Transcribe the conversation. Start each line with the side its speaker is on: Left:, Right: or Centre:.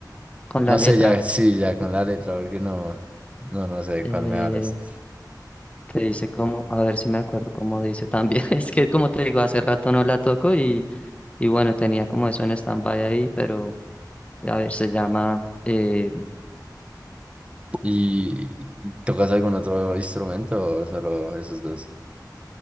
Left: con la
Right: No
Left: letra,
Right: sé, ya, sí, ya con la letra, porque no, no, no sé de
Left: eh,
Right: cuál me hablas.
Left: que dice como, a ver si me acuerdo cómo dice también, <laughs> es que como te digo, hace rato no la toco y, y bueno, tenía como eso en stand-by ahí, pero a ver, se llama... eh,
Right: ¿Y, y tocas algún otro instrumento o solo esos dos?